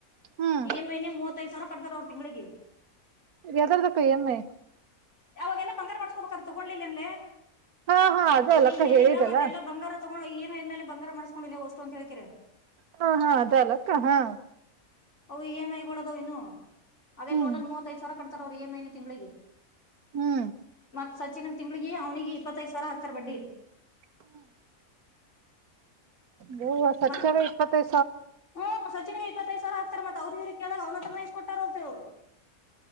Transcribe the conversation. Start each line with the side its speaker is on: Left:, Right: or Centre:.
Right: ಹ್ಮ್
Left: ಈ ಮೈನೆ ಮೂವತ್ತೈದ್ ಸಾವಿರ ಕಟ್ತಾರ ಅವರು ತಿಂಗಳಿಗೆ
Right: ಅದರ್ದಕ್ಕ ಎಮ್ಮೆ
Left: ಯಾವಾಗೆಲ್ಲಾ ಬಂಗಾರ ಮಾಡ್ಕೊಬೇಕ್ರ ತೊಗೊಂಡ್ಲಿಲ್ಲ ಅನ್
Right: ಹಾ ಹಾ ಅದ ಅಲ್ಲಕ್ಕ
Left: ನೀಂಗ್ ಹೇಳಿಲ್ಲಾ
Right: ಹೇಳಿದಲ್ಲ
Left: ಮತ್ತೆಲ್ಲಾ ಬಂಗಾರ ತಗೊಂಡು ಏನ ಎನ್ ಮೇಲೆ ಬಂಗಾರ ಮಾಡ್ಸ್ಕೊಂಡಿಲ್ಲ ವಸ್ತು ಅಂತ ಹೇಳ್ಕಿರ
Right: ಹಾ ಹಾ ಅದ ಅಲ್ಲಕ್ಕ ಹಾ
Left: ಅಓ ಇ ಎಮಂ ಐಗಳ ಅದವು ಇನ್ನು ಅದೇ
Right: ಹ್ಮ್
Left: ಟೋಟಲ್ ಮೂವತ್ತೈ ಸಾವಿರ ಕಟ್ತಾರ ಅವರು ಇ ಎಮ್ ಐನ ತಿಂಗಳಿಗೆ
Right: ಹ್ಮ್
Left: ಮತ್ ಸಚಿನ್ ತಿಂಗ್ಳಿಗೆ ಅವ್ನಿಗೆ ಇಪ್ಪತ್ತೈದು ಸಾವಿರ ಹಾಕ್ತಾರ ಬಡ್ಡಿ
Right: ಹ್ಮ ಹಹ ಸಚ್ಚವ
Left: ಮತ್
Right: ಇಪ್ಪತ್ತೈ
Left: ಹ್ಮ್ ಸಚಿನ್ಗೆ ಇಪ್ಪತ್ತೈದು ಸಿರ ಹಾತ ಮತ್ತೆ ಅವ್ರ ಇವ್ರ ಕಲ್ಲಾಗ ಅವ್ನತ್ರನ ಕೊಟ್ಟಾರಪವ